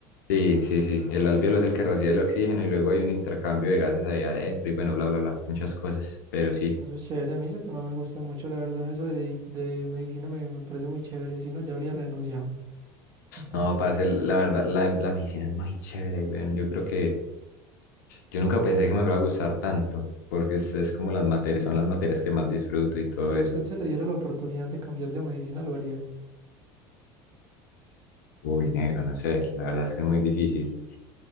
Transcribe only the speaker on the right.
Eso es chévere, a mí ese tema me gusta mucho, la verdad. Eso de, de medicina me, me parece muy chévere, si no, ya habría renunciado. <laughs>
Si
a usted se le diera la oportunidad de cambiarse a medicina, ¿lo haría?